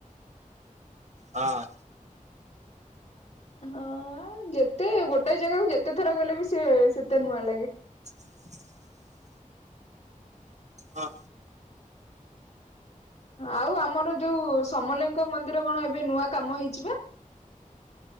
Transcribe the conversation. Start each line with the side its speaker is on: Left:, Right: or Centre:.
Right: ହଁ।
Left: ହଁ ଯେତେ ଗୋଟେ ଜାଗାକୁ ଯେତେ ଥର ଗଲେ ବି ସେ ସେତେ ନୂଆ ଲାଗେ
Right: <inaudible> ହଁ।
Left: ଆଉ ଆମର ଯୋଉ ସମଲେଇଙ୍କ ମନ୍ଦିର କଣ ଏବେ ନୂଆ କାମ ହେଇପା?